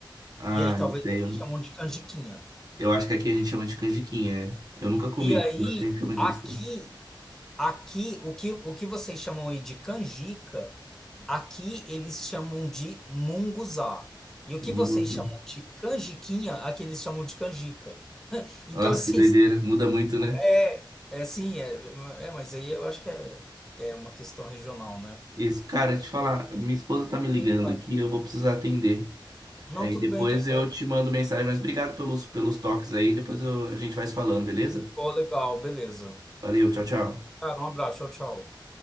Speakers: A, on the right; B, in the centre.
A: Ah,
B: E aí talvez
A: isso aí
B: vocês
A: eu, não-
B: chamam de canjiquinha.
A: eu acho que aqui a gente chama de canjiquinha, é. Eu nunca comi,
B: E aí,
A: mas aqui a gente chama
B: aqui,
A: disso.
B: aqui, o que, o que vocês chamam aí de canjica. Aqui eles chamam de munguzá. E o que
A: Mungo.
B: vocês chamam de canjiquinha, aqui eles chamam de canjica. Então,
A: Nossa,
B: assim,
A: que doideira.
B: tipo,
A: Muda muito,
B: <laughs>
A: né?
B: é, é sim, é, é, mas aí eu acho que é, que é uma questão regional, né?
A: Isso. Cara, te falar, minha esposa tá me ligando
B: Quem faz-
A: aqui, eu vou precisar atender.
B: Não,
A: Aí
B: tudo
A: depois
B: bem, tá certo.
A: eu te mando mensagem, mas obrigado pelos, pelos toques aí, depois eu- a gente vai se falando, beleza?
B: Pô, legal, beleza.
A: Valeu, tchau, tchau.
B: Cara, um abraço, tchau, tchau.